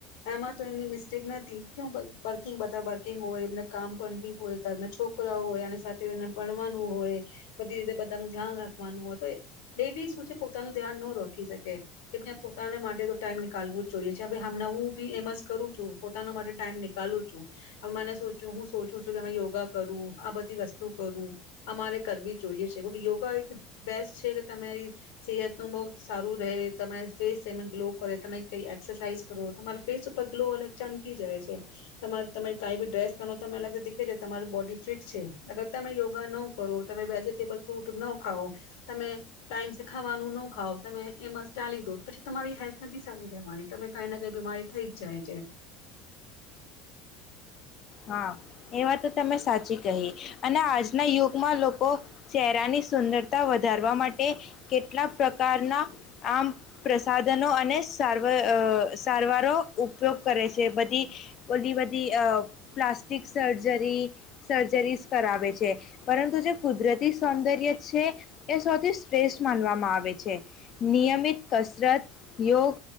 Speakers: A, on the left; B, on the left.
A: એમાં તો એમની મિસ્ટેક નથી. કે વર્કિંગ બધા વર્કિંગ હોય એમને કામ પણ બી હોય, ઘરમાં છોકરા હોય, અને સાથે એને ભણવાનું હોય, બધી રીતે બધાનું ધ્યાન રાખવાનું હોય, તો એ લેડીઝ શું છે, પોતાનું ધ્યાન ન રખી શકે. કેમ પોતાના માટે તો ટાઈમ નીકાળવું જ જોઈએ છે. હ હમણા હું બી એમ જ કરું છું. પોતાના માટે ટાઈમ નીકાલુ છું. હવે મને હું સોચું છું કે અ યોગા કરું. આ બધી વસ્તુ કરું. આ મારે કરવી જોઈએ છે. કે યોગા એક બેસ્ટ છે તમારી સેહત નું બહ સારું રહે. તમારી ફેસ એમે ગ્લો કરે તમે કઈ એક્સરસાઇઝ કરો તમારી ફેસ ઉપર ગ્લો અલગ ચમકી જાય છે. તમા તમે કાઈ બી ડ્રેસ બ તમે અલગ દેખે છે, તમાર બોડી ફિટ છે. અગર તમે યોગા ન કરો, તમે વેજીિટેબલ ફ્રૂટ ન ખાવ, તમે ટાઈમ સે ખાવાનું ન ખાવ. તમે એમાં ચાલી દો. પછી તમારી હેલ્થ નથી સારી રહેવાની. તમે કઈ ના કઈ બીમારી થઈ જ જાય છે.
B: હા એ વા તો તમે સાચી કહી. અને આજના યુગમાં લોકો ચહેરાની સુંદરતા વધારવા માટે કેટલાક પ્રકારના આમ પ્રસાધનો અને સારવાર સારવારો ઉપયોગ કરે છે. બધી ઓલી બધી અ પ્લાસ્ટિક સર્જરી સર્જરી કરાવે છે. પરંતુ જે કુદરતી સૌંદર્ય છે, એ સૌથી શ્રેષ્ઠ માનવામાં આવે છે. નિયમિત કસરત યોગ